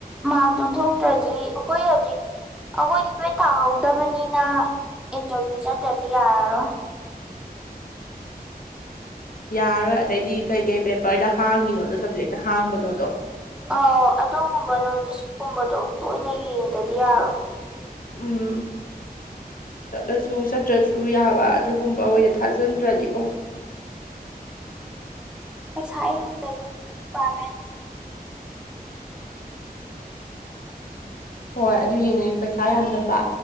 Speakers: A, in the centre; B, on the left.
A: ꯃꯥꯔꯛꯇꯨ ꯊꯣꯛꯇ꯭ꯔꯗꯤ ꯑꯩꯈꯣꯏ ꯍꯧꯖꯤꯛ ꯑꯩꯈꯣꯏ ꯀꫭꯏꯛꯋꯦꯠ ꯊꯥꯍꯧꯗꯕꯅꯤꯅ ꯏꯟꯇꯔꯚꯤꯌꯨ ꯆꯠꯇ꯭ꯔꯗꯤ ꯌꯥꯔꯔꯣꯏ
B: ꯌꯥꯔꯣꯏ ꯑꯗꯩꯗꯤ ꯀꯩꯀꯩ ꯄꯦꯄꯔꯗ ꯍꯥꯡꯉꯤꯅꯣꯗꯣ ꯁꯕꯖꯦꯛꯇ ꯍꯥꯡꯕꯅꯣꯗꯣ
A: ꯑꯧ ꯑꯗꯨꯒꯨꯝꯕ ꯅꯣꯇꯤꯁꯀꯨꯝꯕꯗꯣ ꯇꯣꯏꯅ ꯌꯦꯡꯗꯗꯤ ꯌꯥꯔꯣꯏ
B: ꯎꯝ ꯆꯠꯂꯁꯨ ꯆꯠꯇ꯭ꯔꯁꯨ ꯌꯥꯕ ꯑꯗꯨꯒꯨꯝꯕ ꯑꯣꯏꯅ ꯊꯥꯖꯤꯟꯗ꯭ꯔꯗꯤꯀꯣ
A: ꯄꯩꯁꯥ ꯌꯥꯝꯗꯕ ꯗꯤꯄꯥꯔꯠꯃꯦꯟ
B: ꯍꯣꯏ ꯑꯗꯨ ꯌꯦꯡꯗꯣꯏꯅꯤ ꯄꯩꯁꯥ ꯌꯥꯝꯗꯕ